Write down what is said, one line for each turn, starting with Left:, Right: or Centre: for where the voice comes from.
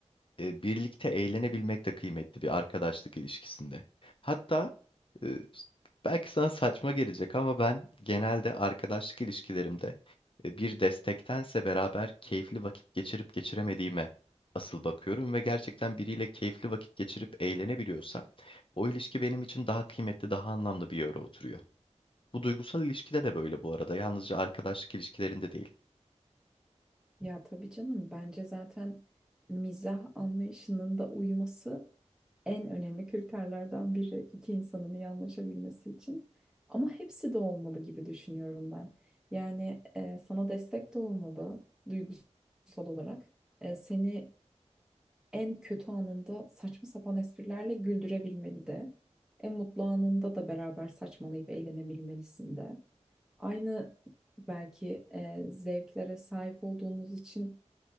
Left: e, birlikte eğlenebilmek de kıymetli bir arkadaşlık ilişkisinde. Hatta e, belki sana saçma gelecek ama ben genelde arkadaşlık ilişkilerimde e, bir destektense beraber keyifli vakit geçirip geçiremediğime asıl bakıyorum ve gerçekten biriyle keyifli vakit geçirip eğlenebiliyorsam o ilişki benim için daha kıymetli, daha anlamlı bir yere oturuyor. Bu duygusal ilişkide de böyle bu arada. Yalnızca arkadaşlık ilişkilerinde değil.
Centre: Ya tabii canım, bence zaten mizah anlayışının da uyuması en önemli kriterlerden biri iki insanın iyi anlaşabilmesi için. Ama hepsi de olmalı gibi düşünüyorum ben. Yani e, sana destek de olmalı duygusal olarak. E, seni en kötü anında saçma sapan esprilerle güldürebilmeli de. En mutlu anında da beraber saçmalayıp eğlenebilmelisin de. Aynı belki e, zevklere sahip olduğunuz için